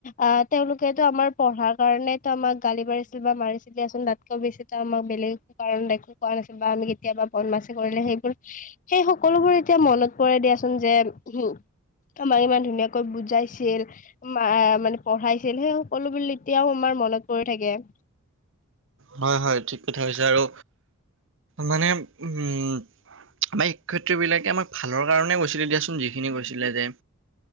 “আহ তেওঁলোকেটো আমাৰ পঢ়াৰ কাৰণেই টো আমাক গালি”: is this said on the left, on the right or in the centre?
Left